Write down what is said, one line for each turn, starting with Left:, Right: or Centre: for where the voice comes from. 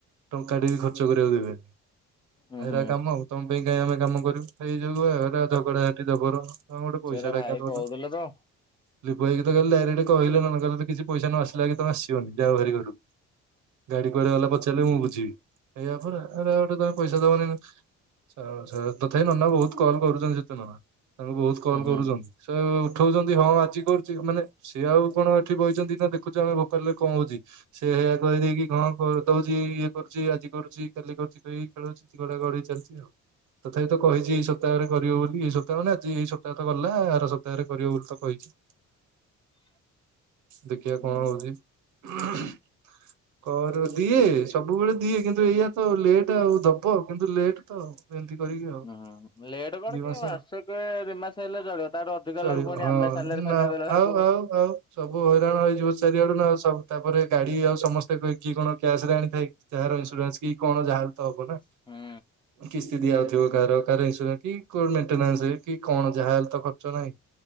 Right: ଟଙ୍କା ଟେ ବି ଖର୍ଚ୍ଚ କରିବାକୁ ଦେବେନି
Left: ହୁଁ
Right: ଏଇଟା
Left: ହୁଁ।
Right: କାମ ଆଉ ତମ ପାଇଁ କାହିଁ ଆମେ କାମ କରିବୁ ସେଇ ଯୋଗୁ ଏଉ ରା ଝଗଡା ଝାଣ୍ଟି ଜବର ତମେ ଗୋଟେ ପଇସା
Left: ସେରା
Right: ଟା
Left: ଭାଇ
Right: ଆଜ୍ଞା ଦଉନ
Left: କହୁଥିଲେ ତ
Right: ଲିପୁ ଭାଇ କିତ କାଲି ଡାଇରେକ୍ଟ କହିଲେ ନନା ତମର ତ କିଛି ପଇସା ନ ଆସିଲେ କି ତମେ ଆସିବନି ଯଅ ଭାରି ଘରକୁ ଗାଡି କୁଆଡେ ଗଲା ପଚାରିଲେ ମୁଁ ବୁଝିବି ଏଇ କଥା ନା ଏରା ଗୋଟେ ତମେ ପଇସା ଦବନି ଆଚ୍ଛା ତଥାପି ନନା ବହୁତ କଲ୍ କରୁଛନ୍ତି ସେତ ନନା ତାଙ୍କୁ ବହୁତ କଲ୍
Left: ଉଁ ହୁଁ
Right: କରୁଛନ୍ତି। ସ ଉଠଉଛନ୍ତି ହଁ ଆଜି କରୁଛି ମାନେ ସିଏ ଆଉ କଣ ଏଠି ବଇଛନ୍ତି ନା ଦେଖୁଛୁ ଆମେ ଭୋପାଲରେ କଣ ହଉଛି ସେ ହେଇଆ କହିଦେଇକି କଣ କହୁଛି ଇଏ କରୁଛି ଆଜି କରୁଛି କାଲି କରୁଛି କହିକି ଖେଳୁଛିଗଡା ଗଡେଇ ଚାଲିଛି ଆଉ ତଥାପି ତ କହିଛି ଏଇ ସପ୍ତାହରେ କରିବ ବୋଲି ଏଇ ସପ୍ତାହେ ଆଜି ଏଇପ୍ତାହ ତ ଗଲା ଆର ସପ୍ତାହରେ କରିବ ବୋଲି ତ କହିଛି
Left: <unintelligible>
Right: ଦେଖିବା
Left: ଉଁ
Right: କଣ ହୋଉଚି
Left: ହୁଁ
Right: କର ଦିଏ ସବୁବେଳେ ଦିଏ କିନ୍ତୁ ଏଇଆ ତ ଲେଟ୍ ଆଉ ଦବ କିନ୍ତୁ ଲେଟ୍ ତ ଏମିତି କରିକି ଆଉ
Left: ହଁ ଲେଟ୍ କଣ
Right: ଦି ମାସ
Left: କି ମାସେକେ ଦି ମାସେ ହେଲେ ଚଳିବ ତାଠୁ ଅଧିକା
Right: ଚଳିବ
Left: ହେଲେ ଫୁଣି
Right: ହଁ
Left: ଆମେ ସାଲାରି ଫାଲାରି
Right: ନା
Left: ଦେଲା ବେଳକୁ
Right: ଆଉ ଆଉ ଆଉ ସବୁ ହଇରାଣ ହେଇଯିବ ଚାରିଆଡୁ ନା ସବୁ ଆଉ ତାପରେ ଗାଡି ଆଉ ସମସ୍ତେ କିି କଣ କ୍ୟାସ ରେ ଆଣିଥାଏ ଯାହାର ଇନ୍ସୁରାନ୍ସ କି କଣ ଯାହା ବି ତ ହବ ନା।
Left: ହୁଁ
Right: କିସ୍ତି ଦିଆଯାଉଥିବ କାହାର କାହାର ଇନ୍ସୁରାନ୍ସ କି ମେଣ୍ଟେନ୍ସ କି କଣ ଯାହା ଲେହେତ ଖର୍ଚ୍ଚ ନା ନାଇଁ।